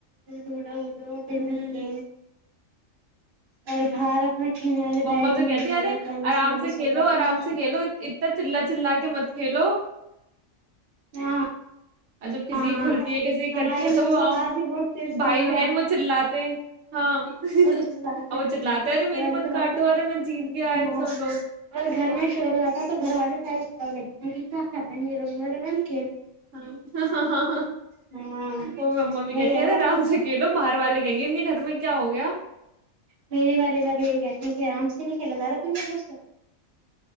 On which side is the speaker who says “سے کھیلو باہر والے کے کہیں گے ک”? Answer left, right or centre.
Right